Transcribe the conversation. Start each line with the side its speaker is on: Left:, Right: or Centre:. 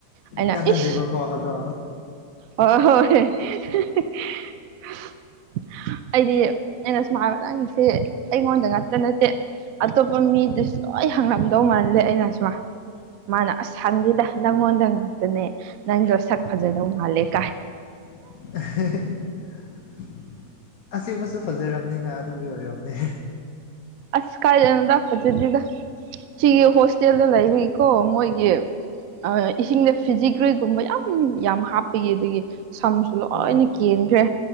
Right: ꯑꯩꯅ
Left: ꯀꯥꯟꯅꯗꯦꯕꯀꯣ
Right: ꯏꯁ
Left: ꯑꯗꯣ
Right: <unintelligible> ꯑꯩꯗꯤ ꯑꯩꯅ ꯁꯨꯝ ꯍꯕꯥ ꯅꯪꯁꯦ ꯑꯩꯉꯣꯟꯗ ꯉꯛꯇ ꯅꯠꯇꯦ ꯑꯇꯣꯞꯄ ꯃꯤꯗꯨꯁꯨ ꯂꯣꯏ ꯍꯪꯉꯝꯗꯧ ꯃꯥꯜꯂꯦ ꯑꯩꯅ ꯁꯨꯃ ꯃꯥꯅ ꯑꯁ ꯍꯪꯗꯦꯗ ꯅꯪꯉꯣꯟꯗ ꯉꯥꯛꯇꯅꯦ ꯅꯪꯗꯣꯛ ꯁꯛ ꯐꯖꯗꯧ ꯃꯥꯜꯂꯦ ꯀꯥ
Left: <unintelligible> ꯑꯁꯦꯡꯕꯁꯨ ꯐꯖꯔꯝꯅꯤꯅ ꯑꯗꯨꯒꯤ ꯑꯣꯏꯔꯝꯅꯤ
Right: ꯑꯁ ꯀꯥꯏꯗꯩꯅꯣꯗ ꯐꯖꯗꯦꯗ ꯁꯤꯒꯤ ꯍꯣꯁꯇꯦꯜꯗ ꯂꯩꯕꯒꯤꯀꯣ ꯃꯣꯏꯒꯤ ꯑꯥ ꯏꯁꯤꯡꯗ ꯐꯤꯖꯤꯒ꯭ꯔꯤꯒꯨꯝꯕ ꯌꯥꯝ ꯌꯥꯝ ꯍꯥꯞꯄꯒꯤ ꯑꯗꯨꯒꯤ ꯁꯝꯁꯨ ꯂꯣꯏꯅ
Left: ꯍꯣꯏ ꯍꯣꯏ
Right: ꯀꯦꯟꯈ꯭ꯔꯦ